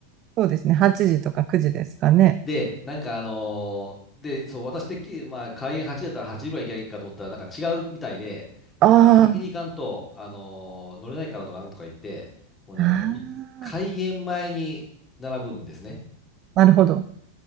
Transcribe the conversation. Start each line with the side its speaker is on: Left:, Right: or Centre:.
Right: そうですね、8時とか9時ですかね。
Left: で、なんかあのーで、そう、私てっきり、まあ、開演8時だったら8時ぐらい行けばいいかと思ったら、なんか違うみたいで、
Right: あー
Left: なんか先に行かんと、あのー乗れないからとかなんとか言って、もうね、
Right: あ
Left: なんかに開演前に並ぶんですね。
Right: ー、なるほど。